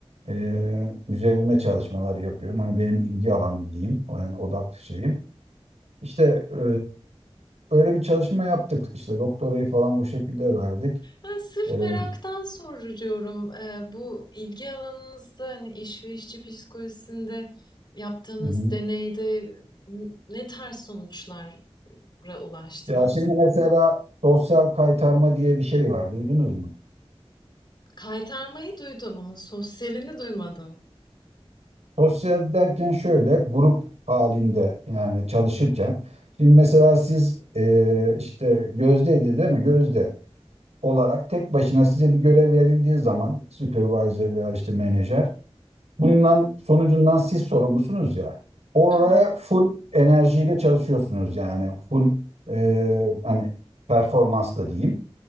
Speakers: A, on the right (about 85°); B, on the left (about 45°).
A: e, üzerine çalışmalar yapıyorum. Hani benim ilgi alanım diyeyim, o yani odak şeyim. İşte e, öyle bir çalışma yaptık. İşte doktorayı falan o şekilde verdik.
B: Ben sırf
A: E, hı
B: meraktan soruyorum. Ee, bu ilgi alanınızda hani iş ve işçi psikolojisinde yaptığınız
A: hı.
B: deneyde n- ne tarz sonuçlara ulaştınız?
A: Ya şimdi mesela sosyal kaytarma diye bir şey var, duydunuz mu?
B: Kaytarmayı duydum ama sosyalini duymadım.
A: Sosyal derken şöyle, grup halinde yani çalışırken. Şimdi mesela siz e, işte Gözde'ydi değil mi? Gözde. olarak tek başına size bir görev verildiği zaman supervisor veya işte menajer bundan sonucundan siz sorumlusunuz ya oraya
B: Hı,
A: full enerjiyle çalışıyorsunuz yani full e, hani performansla diyeyim.